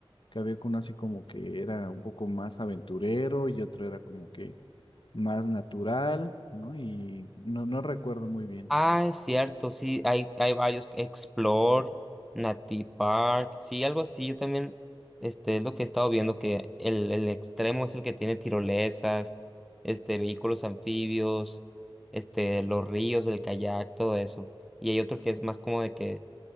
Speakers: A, on the left; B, in the centre.
A: Que había uno así como que era un poco más aventurero y otro era como que más natural, ¿no? Y no, no recuerdo muy bien.
B: Ah, es cierto, sí, hay, hay varios, Explore, Nati Park, sí, algo así, yo también, este, es lo que he estado viendo, que el, el extremo es el que tiene tirolesas, este, vehículos anfibios, este, los ríos, el kayak, todo eso, y hay otro que es más como de que